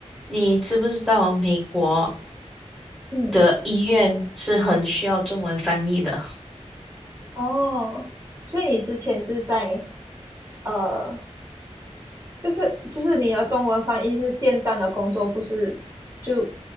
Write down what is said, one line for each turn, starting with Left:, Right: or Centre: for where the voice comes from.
Centre: 你知不知道，美国
Right: 嗯，
Centre: 的医院是很需要中文翻译的。
Right: 哦，所以你之前是在呃，就是就是你的中文翻译是线上的工作，不是就